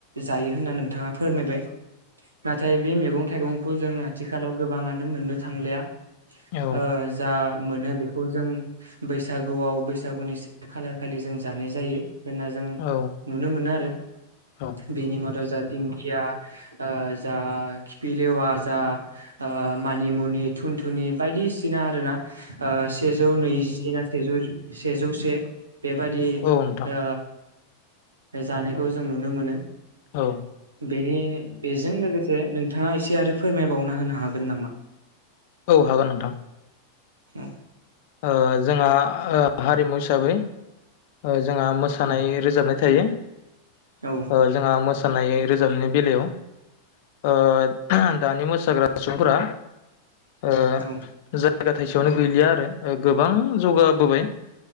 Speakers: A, on the right (about 75°); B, on the left (about 50°).
A: जायो होनना नोंथाङा फोरमायबाय। नाथाय बे मैगं थाइगंखौ जों आथिखालाव गोबाङानो नुनो मोननो थांलिया।
B: औ
A: ओ जा मोनो बेखौ जों बैस सागुआव बैसागुनि से खालार खालि जों जानाय जायो। होनना जों
B: औ
A: नुनो मोनो आरो
B: नोंथां औ
A: बेनि मादाव जा दिंखिया आ जा खिफिलेवा जा ओ मानिमुनि थुन थुनि बायदिसिना आरो ना ओ सेजौ नैजिना सेजौ सेजौ से। बेबादि
B: नोंथां
A: आ बे जानायखौ जों नुनो मोनो।
B: औ
A: बेनि बेजों लोगो जे नोंथाङा एसे आरो फोरमायबावना होनो हागोन नामा?
B: औ हागोन नोंथां।
A: हम
B: ओ जोंहा ओ हारिमु हिसाबै ओ जोंहा मोसानाय
A: औ
B: रोजाबनाय थायो। <inaudible>
A: औ
B: ओ जोंहा मोसानाय रोजाबनायनि बेलायाव ओ दानि मोसाग्रा स फ्रा ओ
A: औ
B: जायगा थाइसेयावनो गैलिया आरो गोबां जौगाबोबाय